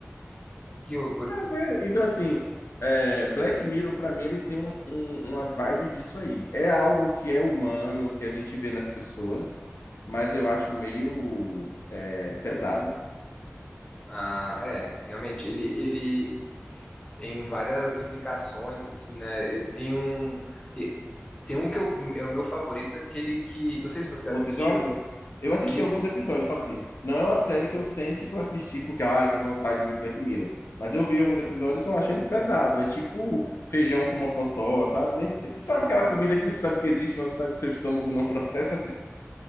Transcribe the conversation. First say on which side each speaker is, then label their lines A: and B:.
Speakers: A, on the left; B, on the left.
A: Que loucura.
B: Mas, Então, assim, é, Black Mirror, para mim, ele tem um- um- uma vibe disso aí. É algo que é humano, que a gente vê nas pessoas, mas eu acho meio é, pesado.
A: Ah, é, realmente, ele, ele tem várias implicações, assim, né? Eu tenho um. Tem, tem um que eu, é o meu favorito, aquele que. Não sei se você assistiu,
B: O episódio, eu assisti
A: que.
B: alguns episódios, eu falo assim, não é uma série que eu sente para assistir porque, ah, que vontade de ver Black Mirror. Mas eu vi alguns episódios e só achei ele pesado. É tipo feijão com mocotó, sabe? Nem, sabe aquela comida que você sabe que existe, mas você sabe que seu estômago não <laughs> processa